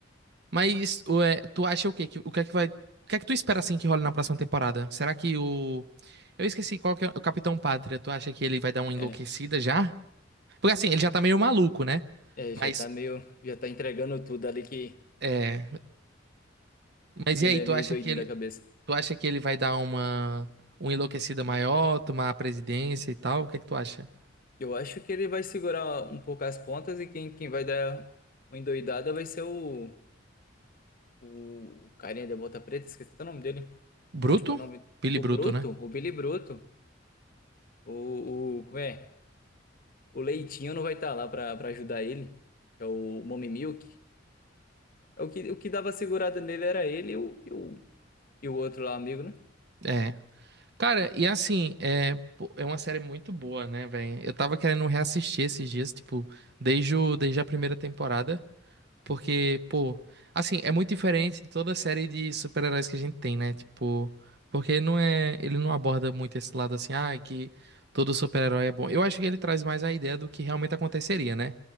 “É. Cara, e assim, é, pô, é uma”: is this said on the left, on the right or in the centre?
Right